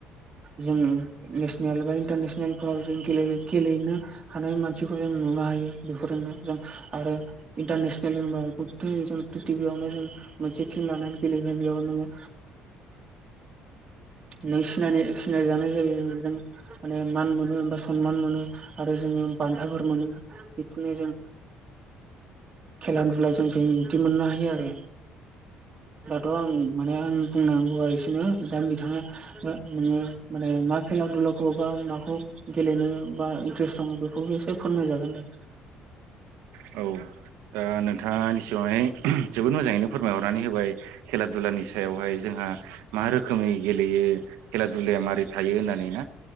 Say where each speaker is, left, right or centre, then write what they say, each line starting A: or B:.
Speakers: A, on the right; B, on the right.
A: जों नेसनेल बा इन्टारनेसनेलफोराव जों गेलेनो हानाय मानसिखौ जों नुनो हायो बेफोरजोंनो जों आरो इन्टारनेसनेल होनबा जों प्रिटिबियावनो जों मोनसे टिम लानानै गेलेगोन बेयाव नोङो नों सिनाय सिनायजानाय जायो नों माने मान मोनो बा सनमान मोनो आरो जोङो बान्थाफोर मोनो बिदिनो जों खेला दुला जों जों बिदि मोननो हायो आरो दाथ' आं माने आं बुंनांगौवा एसेनो दा बिथाङा नोङो माने मा खेलाधुलाखौ बा माखौ गेलेनो बा इन्ट्रेस्ट दङ बेखौबो एसे फोरमायजागोन दे
B: औ दा नोंथांङा आंनिसिगांङावहाय जोबोद मोजाङैनो फोरमायहरनानै होबाय खेला दुलानि सायावहाय जोंहा मा रोखोमै गेलेयो खेला दुलाया मारै थायो होननानै ना